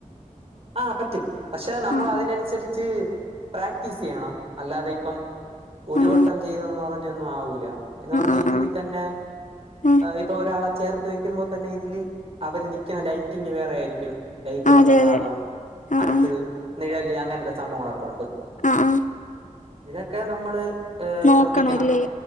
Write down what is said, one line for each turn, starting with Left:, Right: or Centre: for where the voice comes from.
Right: ആഹ് പറ്റും പക്ഷെ നമ്മള്
Left: ആ
Right: അതിനനുസരിച്ച്
Left: ആ
Right: പ്രാക്ടീസയ്യണം അല്ലാതെ ഇപ്പം ഒരു
Left: ആ ആ
Right: വട്ടം ചെയ്തെന്ന് പറഞ്ഞൊന്നും ആവൂല എന്ന് പറഞ്ഞാ
Left: ആ
Right: ഇതില്
Left: ആ ആ
Right: തന്നെ
Left: ആ
Right: എഹ് ഇപ്പം ഒരാളെ ചേർത്ത് വെക്കുമ്പം തന്നെ ഇതില് അവര് നിക്ക്ണ ലൈറ്റിംഗ് വേറെയിരിക്കും ലൈറ്റ് കൊറഞ്ഞ
Left: അതെ
Right: ഭാഗവും
Left: അതെ ആ
Right: അടുത്ത്
Left: ആ
Right: നിഴല് അങ്ങനത്തെ സംഭവങ്ങളൊക്കെ ഒണ്ട്
Left: അഹ് അഹ്
Right: ഇതൊക്കെ നമ്മള്
Left: നോക്കണല്ലേ
Right: സ്രദ്ധിക്കണം